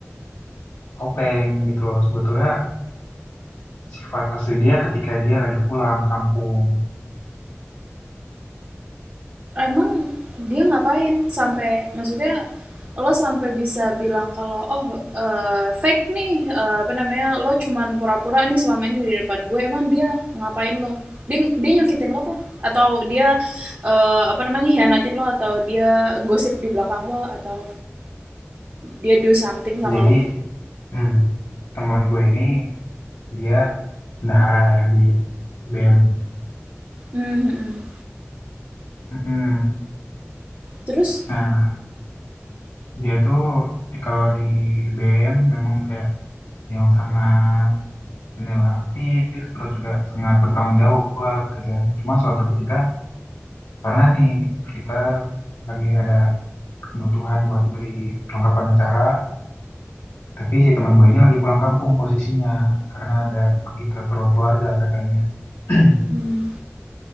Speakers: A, on the left; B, on the right.
A: topeng gitu loh. Sebetulnya sifat asli dia ketika dia lagi pulang kampung.
B: Emang dia ngapain sampai maksudnya lo sampai bisa bilang kalau, "Oh, eee, fake nih," eee, apa namanya, "lo cuman pura-pura nih selama ini di depan gue." Emang dia ngapain lo? Dia dia nyakitin lo kah? Atau dia, eee, apa namanya, hianatin lo atau dia gosip di belakang lo atau dia do something sama
A: Jadi,
B: lo?
A: hmm, teman gue ini dia bendahara ya di BM.
B: Mmm, mhm.
A: Mm-mm.
B: Terus?
A: Nah, dia tuh di- kalau di BM memang kayak yang sangat inilah aktif, terus juga sangat bertanggung jawab gitu ya. Cuma suatu ketika, karena nih kita lagi ada kebutuhan buat beli perlengkapan acara, tapi si teman gue ini lagi pulang kampung posisinya, karena ada ke- keperluan keluarga katanya. <clears throat>
B: Mmm,